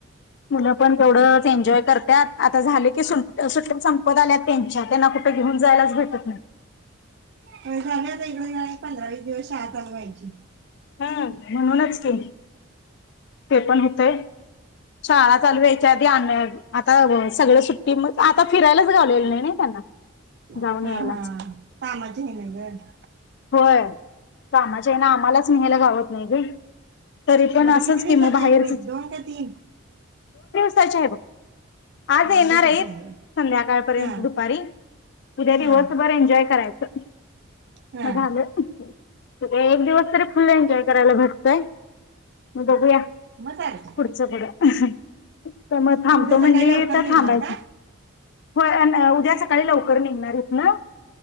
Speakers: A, on the left; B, on the right.
A: म पण तेवढच एन्जॉय करत्यात आता झाले की सुट्ट सुट्टी संपत आल्या त्यांच्या त्यांना कुठ घेऊन जायलाच भेटत नाय.
B: तरी सांगतात इकडे या पंधरा वीस दिवस शाळा चालू व्हायची
A: हं म्हणूनच की, ते पण होतय शाळा चालू व्हायच्या आधी आण आता सगळ सुट्टी म आता फिरायलाच गावलेली नाय ना त्यांना जाऊन
B: हा
A: यायला
B: हा मज्जा हाय नं ग
A: होय कामाच्या ह्यांन ना आम्हालाच न्ह्यायला गावत नाय ग तरी पण
B: मग आता
A: असंच की
B: किती दिवसाची
A: मग बाहेरच
B: हाय ट्रिप दोन का तीन
A: साची हाय बघ आज
B: दोन
A: येणार
B: दिवसाची
A: आहेत
B: आहे होय.
A: संध्याकाळपर्यंत
B: हा
A: दुपारी उद्या दिवस
B: हा
A: बर एन्जॉय करायचं
B: हा
A: म झालं एक दिवस तरी फुल एन्जॉय करायला भेटतंय. म बघूया
B: मग चालतंय
A: पुढचपुढ त म थांबतो
B: मग उद्या
A: म्हणली
B: सकाळी लवकर
A: तर
B: निघणार
A: थांबायचं
B: का
A: व्हय उद्या सकाळी लवकर निघणार इतना